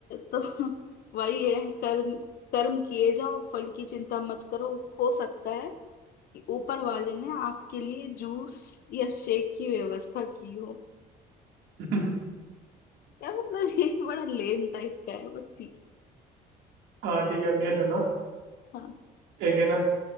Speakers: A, on the left (about 65°); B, on the right (about 85°).
A: तो <laughs> वही है कर्म कर्म किए जाओ फल की चिंता मत करो हो सकता है कि ऊपर वाले ने आपके लिए जूस या शेक की व्यवस्था की हो
B: <laughs>
A: या मतलब ये बड़ा लेम टाइप का है बट ठीक
B: हाँ ठीक है अब ये सुनो
A: है। हाँ
B: एक है ना